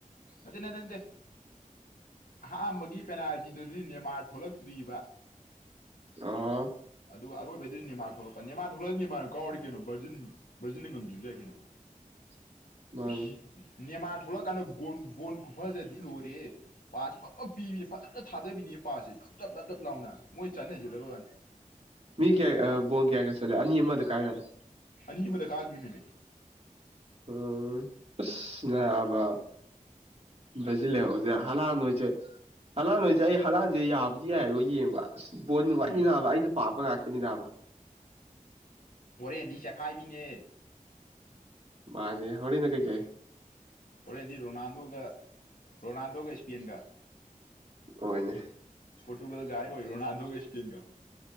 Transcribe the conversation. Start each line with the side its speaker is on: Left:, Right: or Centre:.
Left: ꯍꯊꯤꯟꯗꯗꯦ ꯑꯍꯝꯕꯒꯤ ꯄꯦꯅꯥꯜꯇꯤꯗꯨꯗꯤ ꯅꯦꯃꯥꯔ ꯊꯣꯛꯂꯛꯇ꯭ꯔꯤꯕ
Right: ꯑ
Left: ꯑꯗꯨꯒ ꯑꯔꯣꯏꯕꯗꯨꯗꯤ ꯅꯦꯃꯥ ꯊꯣꯛꯂꯛꯄ ꯅꯦꯃꯥ ꯊꯣꯛꯂꯛꯑꯗꯤꯅꯦꯃꯥꯅ ꯀꯥꯎꯔ ꯀꯩꯅ ꯕꯔꯖꯟ ꯕꯔꯖꯨꯟꯅ ꯉꯝꯖꯟꯖꯔꯔꯤ ꯀꯩꯅꯣ
Right: <unintelligible> ꯃꯥꯅꯦ
Left: ꯁ ꯅꯦꯃꯥꯟ ꯊꯣꯛꯂꯛꯀꯥꯟꯗ ꯕꯣꯟ ꯈꯨꯐꯖꯗꯤ ꯂꯣꯏꯔꯦ ꯄ ꯖ ꯄꯤꯕꯤꯅꯦ ꯐꯖꯅ ꯊꯥꯗꯕꯤꯅꯦ ꯄꯥꯁꯦ ꯖꯞ ꯖꯞ ꯗꯞ ꯖꯞ ꯂꯥꯎꯅ ꯃꯣꯏ ꯆꯥꯅꯁꯦꯕ ꯂꯅꯤ
Right: ꯃꯤ ꯀꯌꯥ ꯕꯣꯟ ꯀꯌꯥ ꯀꯌꯥ ꯆꯠꯂꯦ ꯑꯅꯤ ꯑꯃꯗ ꯀꯥꯏꯔꯕ
Left: ꯑꯅꯤ ꯃꯗ ꯀꯥꯥꯛꯕꯤꯅꯤꯅꯦ
Right: ꯎꯝ ꯑꯁꯅꯕ ꯕꯖꯤꯂꯖꯤꯦ ꯍꯂꯥꯟꯣꯏꯁꯦ ꯍꯂꯥꯟꯣꯏꯁꯦ ꯑꯩ ꯍꯂꯥꯟꯁꯦ ꯌꯥꯕꯗꯤ ꯌꯥꯏꯕ ꯌꯦꯡꯕ ꯑꯁ ꯕꯣꯣꯟ ꯅꯨꯡ
Left: ꯎꯝ
Right: ꯋꯥꯠꯅꯤꯅꯥꯕ ꯑꯩꯅ ꯄꯥꯄ ꯉꯥꯛꯇꯅꯤꯅꯥꯕ
Left: ꯍꯣꯔꯦꯟꯗꯤ ꯆꯦꯈꯥꯏꯕꯤꯅꯦ
Right: ꯃꯥꯅꯤꯅꯦ ꯍꯂꯤꯅ ꯀꯩ ꯀꯥꯏꯦ
Left: ꯑꯣꯔꯗꯤ ꯔꯣꯅꯥꯜꯗꯣ ꯀ ꯔꯣꯅꯥꯜꯗꯣ ꯀ ꯏꯁꯄꯦꯟ ꯀ
Right: ꯍꯣꯏꯅꯦ
Left: ꯄꯣꯇꯨꯒꯜ ꯥꯏꯔ ꯑꯣꯏꯔꯣꯅꯥꯗꯣ ꯀꯁꯀꯤꯟ ꯀ